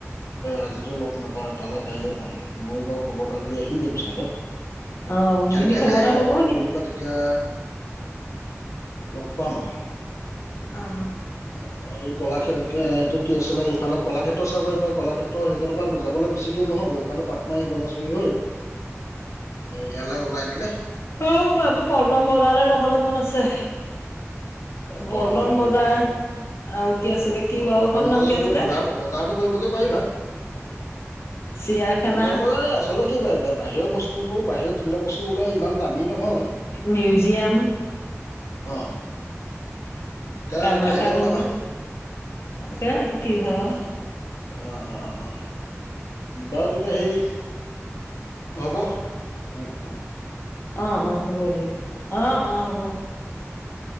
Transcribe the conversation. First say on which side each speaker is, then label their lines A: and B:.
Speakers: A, on the left; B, on the left.
A: আজিতো লগ নাপাওঁ। পালে কাইলে পাম, মইও বাৰু খবৰ এটা লৈ আহিমগৈ পাছতে
B: অ',
A: খালি
B: আপুনি
A: কাইলৈ
B: খবৰ
A: আহিলে
B: এটা ল'বহি।
A: ফোনটো কৰি দিবা তেতিয়া। লগ পাম আৰু।
B: অ',
A: অ' এই কলাক্ষেত এইটো কি আছিলে, ইফালে কলাক্ষেত্ৰ চাব এইবাৰ কলাক্ষেত্ৰ সেইখিনিৰ পৰা যাব। অলপ বেছি দূৰ নহ'ব, ইফালে পাক মাৰি গণেশগুৰি হৈ ইয়ালৈ ওলাই দিলে।
B: অ' মই আমাৰ পল্টন বজাৰলৈ যাবলৈ মন আছে। পল্টন
A: অ'
B: বজাৰ, আৰু কি আছিলে, কি গাওঁখন
A: পল্টন বজাৰত
B: নাম কি আছিলে?
A: গৈ বজাৰ বজাৰটো কৰিবগৈ পাৰিবা
B: চিৰিয়াখানা,
A: পল্টন বজাৰ, আচলতে কি, বাহিৰৰ বস্তুবোৰ বাহিৰত। যিবিলাক বস্তু ওলায়, ইমান দামী নহয়
B: মিউজিয়াম,
A: অ'। এতিয়া
B: কামাখ্যা
A: কাইলৈ
B: মন্দিৰ,
A: ওলাবা
B: তাকে কি হয় আও।
A: অ' অ' অ' বাৰু তেতিয়া সেই। হ'ব, উম উম।
B: অ' অ' হ'ব দিয়ক। অ' অ' হ'ব।